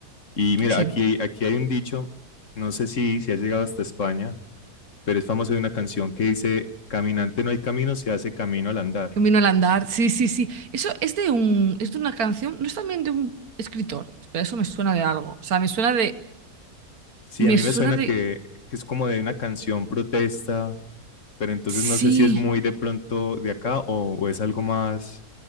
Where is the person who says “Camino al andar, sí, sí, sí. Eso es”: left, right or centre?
Right